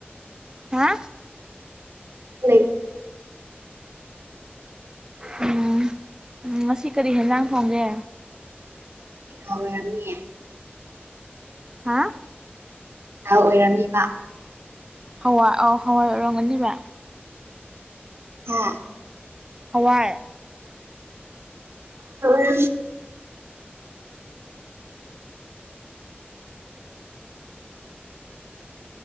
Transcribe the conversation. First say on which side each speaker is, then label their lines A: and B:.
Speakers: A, on the right (about 15°); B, on the right (about 80°).
A: ꯍꯥ
B: ꯂꯩ꯫
A: ꯎꯝ ꯉꯁꯤ ꯀꯔꯤ ꯍꯦꯟꯖꯥꯡ ꯊꯣꯡꯒꯦ꯫
B: ꯑꯣꯏꯔꯝꯅꯤꯌꯦ
A: ꯍꯥ꯫
B: ꯊ ꯑꯣꯏꯔꯝꯅꯤꯕ꯫
A: ꯍꯋꯥ ꯑꯣ ꯍꯋꯥꯏ ꯑꯣꯏꯔꯝꯒꯅꯤꯕ꯫
B: ꯍꯥ꯫
A: ꯍꯋꯥꯏ꯫
B: ꯫